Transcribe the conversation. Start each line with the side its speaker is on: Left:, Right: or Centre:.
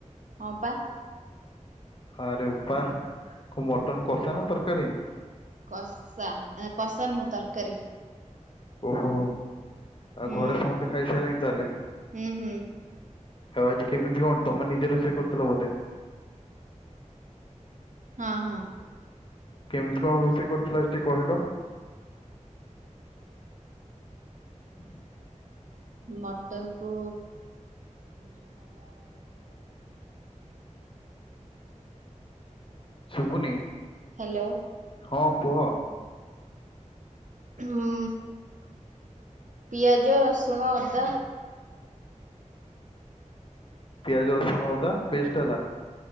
Right: ହଁ ପା।
Left: ଆରେ ବା କୋ ମଟନ୍ କଷା ନାଁ ତରକାରୀ?
Right: କଷା ଏକଷା ନୁହଁ ତରକାରୀ।
Left: ଓହୋ ଆଉ
Right: ହୁଁ
Left: ଘରେ ସମସ୍ତେ ଖାଇସାରି ଲେଣି ତାହେଲେ?
Right: ହୁଁ ହୁଁ।
Left: ଆଉ ଆଜି କେମିତି କଣ ତମେ ନିଜ ରୋଷେଇ କରୁଥିଲ ବୋଧେ?
Right: ହଁ ହଁ।
Left: କେମିତି କଣ ରୋଷେଇ କରୁଥିଲ ଅଜିଟିକେ କହିଲ। ହ। <unintelligible>
Right: ମଟନ କୁ ଯଉ ହେଲା କଣ ସେ ଟା କୁହଁନ୍ତି
Left: ଶୁବୁନି?
Right: ହାଲୋ।
Left: ହଁ କୁହ?
Right: ହୁଁ ପିଆଜ ରସୁଣ ଅଦା
Left: ପିଆଜ ରସୁଣ ଅଦା ପେଷ୍ଟଟେ ହେଲା?